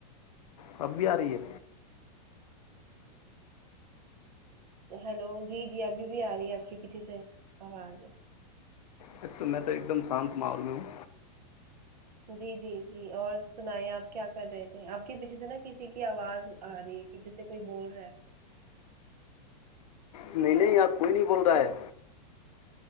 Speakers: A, on the left; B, on the right.
A: فباری
B: ہیلو جی جی ابھی بھی آ رہی ہے آپ کے پیچھے سے آواز
A: ایک تو میں تو ایک دم شانت ماحول میں ہوں
B: جی جی جی اور سنیں آپ کیا کر رہے تھے آپ کے پیچھے سے نا کسی کی آواز آ رہی ہے کہ جسے کوئی بول رہا ہے
A: نہیں نہیں ار کوئی نہیں بول رہا ہے